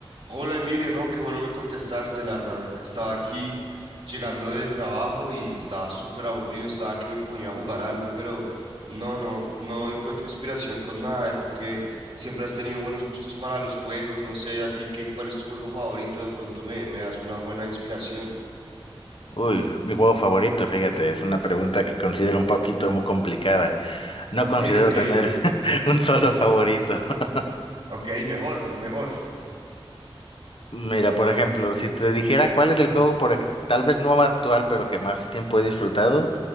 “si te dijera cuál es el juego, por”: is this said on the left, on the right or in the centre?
Left